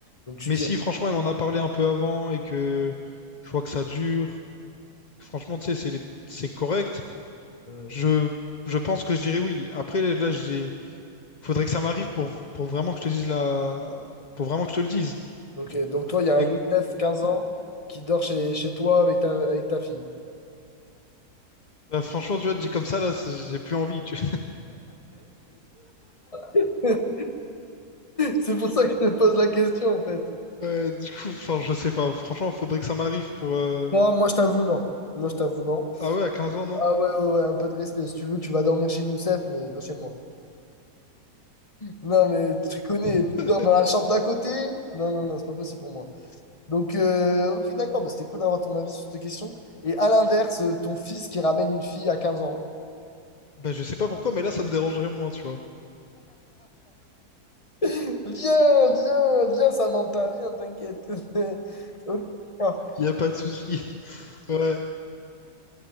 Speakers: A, on the left; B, on the left.
A: Donc tu
B: Mais
A: dirais.
B: si franchement elle m'en a parlé un peu avant et que je vois que ça dure, franchement tu sais c'est c'est correct,
A: ouais.
B: je je pense que je dirais oui. Après là j'ai faudrait que ça m'arrive pour pour vraiment que je te dise la pour vraiment que je te le dise.
A: Ok. Donc toi, il y a
B: Mais
A: un Youssef, 15 ans, qui dort chez, chez toi avec ta, avec ta fille.
B: bah, franchement tu vois dit comme ça là c'est- j'ai plus envie, tu vois.
A: <laughs> C'est pour ça que je te pose la question en fait.
B: Ouais, du coup, enfin, je sais pas. Franchement, faudrait que ça m'arrive pour. euh,
A: Non, moi je t'avoue, non. Moi je t'avoue, non.
B: Ah ouais, à 15 ans, non?
A: Ah ouais, ouais, ouais, un peu de respect. Si tu veux, tu vas dormir chez Youssef, mais pas chez moi. Non, mais tu connais,
B: <laughs>
A: tu dors dans la chambre d'à côté. Non, non, non, c'est pas possible pour moi. Donc, euh, ok, d'accord, bah, c'était cool d'avoir ton avis sur cette question. Et à l'inverse, euh, ton fils qui ramène une fille à 15 ans.
B: Ben, je sais pas pourquoi, mais là, ça me dérangerait moins, tu vois.
A: <laughs> viens, viens, viens, Samantha, viens, t'inquiète. <laughs> Ok, d'accord.
B: Y a pas de souci. <laughs> Ouais.